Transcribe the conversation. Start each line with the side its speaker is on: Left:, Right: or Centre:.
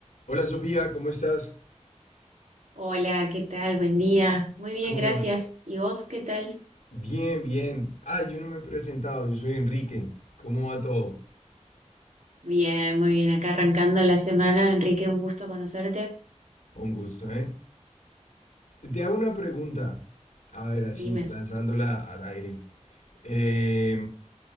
Left: Hola Sofía, ¿cómo estás?
Right: Hola, ¿qué tal? Buen día. Muy bien,
Left: ¿Cómo
Right: gracias.
Left: vas?
Right: ¿Y vos qué tal?
Left: Bien, bien. Ah, yo no me he presentado, yo soy Enrique. ¿Cómo va todo?
Right: Bien, muy bien. Acá arrancando la semana. Enrique, un gusto conocerte.
Left: Un gusto, ¿eh? Te hago una pregunta. A ver, así,
Right: Dime.
Left: lanzándola al aire. Eh,